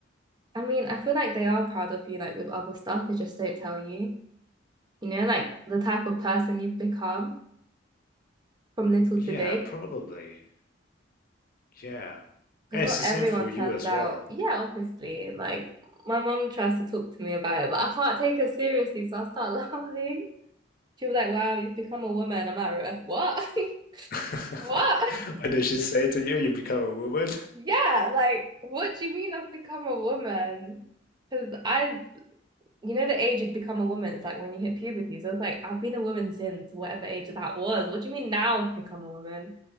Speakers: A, on the right; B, on the left.
A: I mean, I feel like they are proud of you, like with other stuff, they just don't tell you. You know, like the type of person you've become from little
B: Yeah,
A: to big.
B: probably. Yeah.
A: Because
B: Yeah, it's
A: not
B: the
A: everyone
B: same for
A: turns
B: you as
A: out,
B: well.
A: yeah, obviously. Like my mom tries to talk to me about it, but I can't take her seriously, so I start <laughs> laughing. She was like, "Wow, you've become a woman." I'm like, "What? <laughs>
B: <laughs>
A: What?
B: What does she say to you? You become a woman?
A: Yeah, like what do you mean I've become a woman?" Because I you know the age you'd become a woman is like when you hit puberty. So it's like I've been a woman since whatever age that was. What do you mean now I've become a woman?